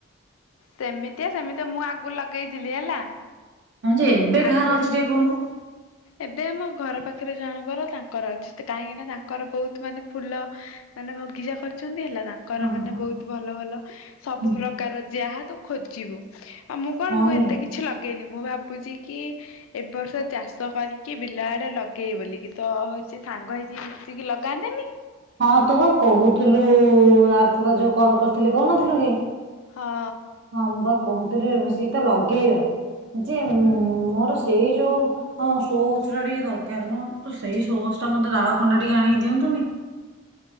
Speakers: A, on the left; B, on the right.
A: ସେମିତିଆ ସେମିତିଆ ମୁଁ ଆଗୁ ଲଗେଇଥିଲି ହେଲା।
B: ହଁ ଯେ ଏବେ କାହାର
A: ଆଗରୁ
B: ଅଛି ଟିକେ କହୁନୁ?
A: ଏବେ ଆମ ଘର ପାଖରେ ଜଣଙ୍କର ତାଙ୍କର ଅଛି କାହିଁକି ନା ତାଙ୍କର ବହୁତ ମାନେ ଫୁଲ ମାନେ ବଗିଚା କରିଛନ୍ତି ହେଲା ତାଙ୍କର
B: ହଁ
A: ମାନେ
B: ହଁ
A: ବହୁତ ଭଲ ଭଲ ସବୁ
B: ହୁଁ।
A: ପ୍ରକାର ଯାହା ତୁ ଖୋଜିବୁ। ଆ ମୁଁ କଣ
B: ହଁ
A: ମୁଁ
B: ଇଏ
A: ଏତେ କିଛି ଲଗ ଦିନେ ମୁଁ ଭାବୁଛି କି ଏବ ବର୍ଷ ଚାଷ ଚାଷ କରିକି ବିଲ ଆଡେ ଲଗେଇ ବୋଲିକି ତ ହଉଚି ସାଙ୍ଗ ହେଇକି ମିଶିକି ଲଗାନ୍ତେନି?
B: ହଁ ତୁ ବା କହୁଥିଲୁ ଆର ଥର ଯୋଉ କଲ କରିଥିଲି କହୁନଥିଲୁ କି?
A: ହଁ
B: ହମ ବା କହୁଥିଲି ମି ଯି ତା ଲ ଗେଇବା ଯେ ମୋର
A: ହୁଁ
B: ସେଇ ଯୋଉ ହଁ ଶୋ ଗଛଟା ଟିକେ ଦରକାର ମ, ତ ସେଇ ଶୋ ଗଛଟା ମତେ ଡାଳ ଖଣ୍ଡ ଟିକେ ଆଣିକି ଦିଅନ୍ତୁନି।